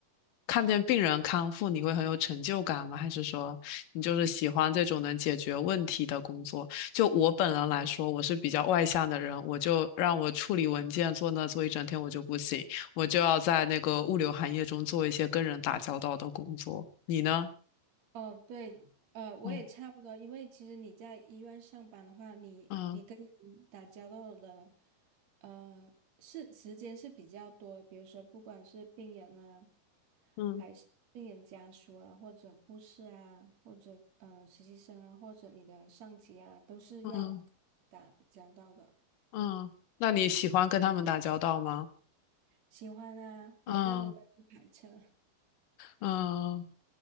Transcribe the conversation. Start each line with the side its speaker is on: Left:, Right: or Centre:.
Left: 看见病人康复，你会很有成就感吗？还是说你就是喜欢这种能解决问题的工作？就我本人来说，我是比较外向的人，我就让我处理文件坐那坐一整天，我就不行，我就要在那个物流行业中做一些跟人打交道的工作。你呢？
Right: 哦，对，呃，我也差不多，
Left: 嗯
Right: 因为其实你在医院上班的话，你你跟人打交道的，
Left: 嗯。
Right: 呃，是时间是比较多的，比如说不管是病人啊，
Left: 嗯
Right: 还是病人家属啊，或者护士啊，或者呃实习生啊，或者你的上级啊，都是要打交道的。
Left: 嗯嗯，那你喜欢跟他们打交道吗？
Right: 喜欢啊，反正我也不排斥。
Left: 嗯嗯，